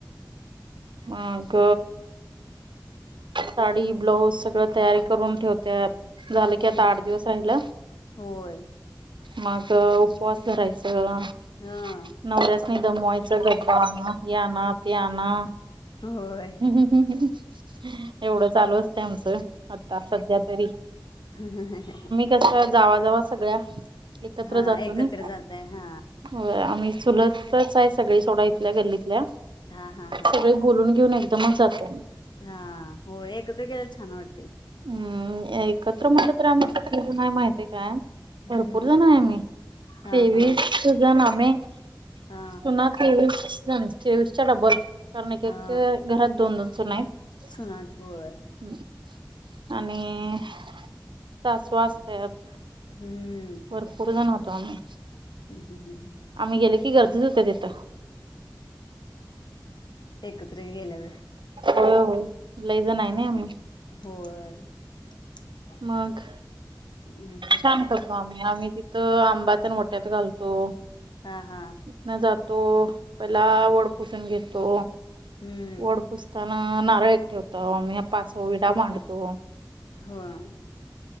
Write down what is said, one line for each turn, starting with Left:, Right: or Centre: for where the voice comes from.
Right: माग साडी ब्लाऊज सगळं तयारी करून ठेवत्यात झालं की
Left: हम्म
Right: आता आठ दिवस राहिलं.
Left: होय
Right: मग उपवास धरायचं
Left: ह.
Right: नवरास्नी दमवायच गजरा आणा, हे आणा ते आणा.
Left: होय.
Right: एवढ चालू असंतय आमचं आता सध्या तरी.
Left: हा हा ह
Right: कशा जावा जावा सगळ्या एकत्र
Left: हा
Right: जातो
Left: एकत्र
Right: नाहीं.
Left: जातय हा
Right: होय आम्ही चुलतच आहे सगळी सोडा इथल्या गल्लीतल्या.
Left: हा हा
Right: सगळे
Left: हा
Right: बोलून घेऊन एकदमच जातय आणि.
Left: हा हो, एकत्र केलेल छान वाटतंय.
Right: हम्म एकत्र म्हणल तर आम्ही <unintelligible> नाही माहतीय काय
Left: हम्म
Right: भरपूर जण आहे आम्ही
Left: हा
Right: तेवीस
Left: हा
Right: सुजनामे
Left: हा
Right: सुना तेवीस जन तेवीस च्या डबल. कारण एक
Left: हा
Right: एके घरात दोन दोन सुना आहेत
Left: सुनाच होय
Right: हम्म. आणि
Left: हम्म
Right: सासू आसत्यात.
Left: हम्म.
Right: भरपूर जण होतो आम्ही,
Left: हम्म
Right: आम्ही गेले की गर्दीच होते तिथं.
Left: एकत्र गेल्यावर.
Right: होय होय लई जण आहे नी आम्ही.
Left: हो. <unintelligible>
Right: माग
Left: नाही ते.
Right: काम करतो आम्ही, आम्ही तिथं आंबाचनओट्यात घालतो.
Left: हा हा.
Right: इथन जातो पहिला वड पुसून घेतो
Left: हम्म
Right: वड पुस तन नारळ एक ठेवतो आम्ही पाच विडा मांडतो.
Left: होआंग.